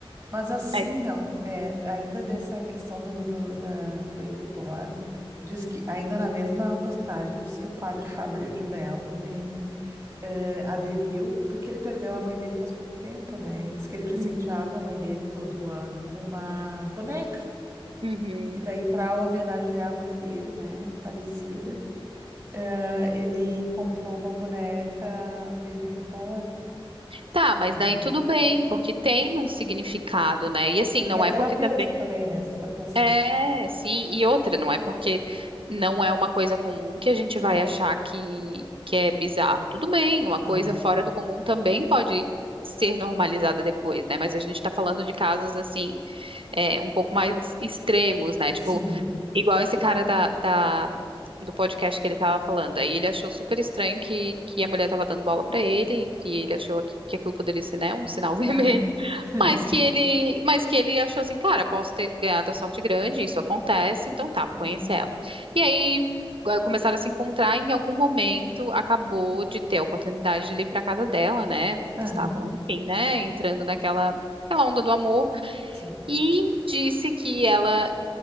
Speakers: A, on the right (about 25°); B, on the right (about 70°).
A: Mas assim,
B: É.
A: ó, é, ainda dessa questão do, do- da Baby Born, diz que, ainda na mesma postagem, diz que o padre <laughs> Fábio de Mello também é, aderiu, porque ele perdeu a mãe dele faz pouco tempo, né? E diz que ele presenteava
B: Uhum,
A: a mãe dele todo ano com uma boneca.
B: uhum.
A: E daí, para homenagear a mãe dele, né, falecida, eh, ele comprou uma boneca Baby Reborn,
B: Tá, mas
A: sabe?
B: daí tudo bem, porque tem um significado, né? E assim, não
A: E é terapêutico
B: é porque também.
A: também, né, se tu for pensar.
B: É, sim, e outra, não é porque não é uma coisa comum que a gente vai achar que, que é bizarro. Tudo bem, uma
A: Ah,
B: coisa fora do comum também pode ser normalizada depois, né? Mas a gente tá falando de casos assim, é, um pouco mais extremos, né?
A: sim.
B: Tipo, Igual esse cara da, da- do podcast que ele tava falando. Aí ele achou super estranho que, que a mulher tava dando bola pra ele, que ele achou que, que aquilo poderia ser, né, um sinal <laughs> vermelho.
A: Ah, <laughs>
B: Mas que ele, mas que ele achou assim, cara, posso ter ganhado a sorte grande, isso acontece, então tá, vou
A: ah,
B: conhecer ela. E aí eh, começaram a se encontrar e em algum momento acabou de ter a oportunidade de ele ir pra casa dela, né? Porque
A: ah,
B: eles estavam, enfim, né, entrando naquela, naquela onda do amor
A: sim.
B: e disse que ela